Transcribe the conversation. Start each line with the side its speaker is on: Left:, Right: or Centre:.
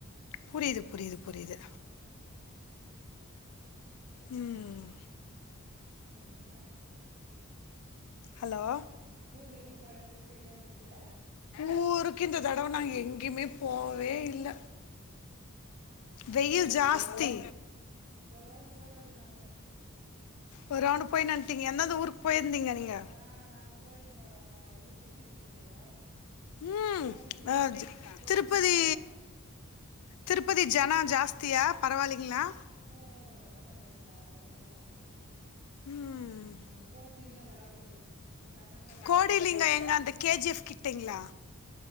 Left: புரியுது புரியுது புரியுது
Right: உம்
Left: ம்
Right: உம் என்னப்பா
Left: ஹலோ
Right: ஊருக்கு எங்கேயும் போல ட்ரிப் எங்கய இந்துச்சே
Left: ஊருக்கு இந்த தடவை நாங்க எங்கேயுமே போவே இல்ல
Right: உஹம் நாங்க
Left: வெயில்
Right: எல்லாம் ஒரு
Left: ஜாஸ்தி
Right: ரவுண்ட் சுத்தின ஒரு ரவுண்ட் போய் வன்ட்டோம் நாங்க
Left: ஒரு ரவுண்டு போயின்னு வந்துட்டீங்க எந்தெந்த ஊருக்கு போயிருந்தீங்க நீங்க
Right: ஆஹ் நாங்க போயிருந்தங்க ம இதுக் திருப்பிதி போயிருந்தோங்க
Left: உஹம்
Right: கோட்டிலிங்கா
Left: அஹ
Right: கோட்லிங்கா
Left: திருப்பதி திருப்பதி ஜனா ஜாஸ்தியா பரவாயில்லிங்களா
Right: ஒ ஜன ரஷ் தான் <unintelligible> இந்துச்சு
Left: ம்
Right: உன் கோட்லிங்க நல்லா இருக்குது கர்நாடகா சைடு
Left: கோடிலிங்கம் எங்க அந்த கேஜிஎஃப் கிட்டங்களா